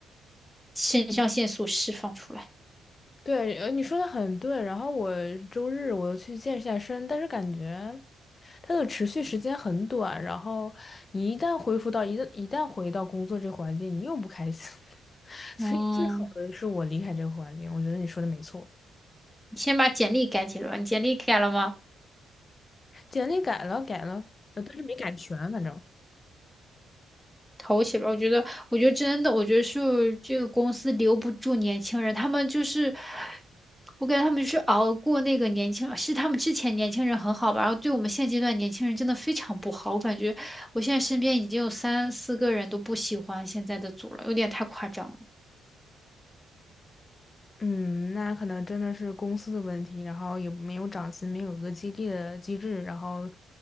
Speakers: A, in the centre; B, on the left.
A: 肾上腺素释放出来。
B: 对，呃，你说的很对。然后我周日我又去健一下身，但是感觉它的持续时间很短。然后你一旦恢复到一旦一旦回到工作这个环境，你又不开心了。<laughs> 所以最好的是我离开这个环境。
A: 嗯。
B: 我觉得你说的没错，
A: 你先把简历改起来吧。你简历改了吗？
B: 简历改了改了，呃，但是没改全，反正。
A: 投起来。我觉得，我觉得真的，我觉得是这个公司留不住年轻人，他们就是，我感觉他们就是熬过那个年轻，是他们之前年轻人很好吧，然后对我们现阶段年轻人真的非常不好。我感觉我现在身边已经有三四个人都不喜欢现在的组了，有点太夸张了。
B: 嗯，那可能真的是公司的问题，然后也没有涨薪，没有一个激励的机制，然后